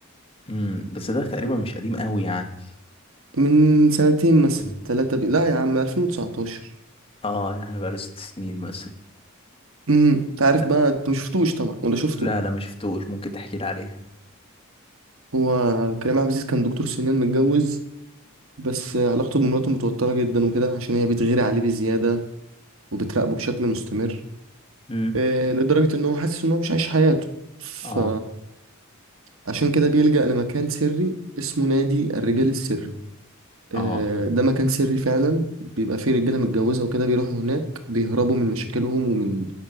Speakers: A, on the left; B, on the right.
A: امم بس ده تقريبا مش قديم قوي يعني
B: من سنتين مثلا
A: مم.
B: ثلاثة بي... لا يا عم 2019
A: اه يعني بقاله ست سنين مثلا
B: امم انت عارف
A: لا
B: بقى انت مشفتوش طبعا ولا شفته
A: لا, لا ما شفتوش ممكن تحكي لي عليه
B: هو كريم عبد العزيز كان دكتور سنان متجوز بس علاقته بمراته متوترة جدا وكده عشان هي بتغير عليه بزيادة وبتراقبه بشكل مستمر
A: مم.
B: إيه، لدرجة ان هو حاسس ان هو مش عايش حياته ف
A: اه
B: عشان كده بيلجأ لمكان سري اسمه نادي الرجال السري آه،
A: اه
B: ده مكان سري فعلا بيبقى فيه رجالة متجوزة وكده بيروحوا هناك بيهربوا من مشاكلهم ومن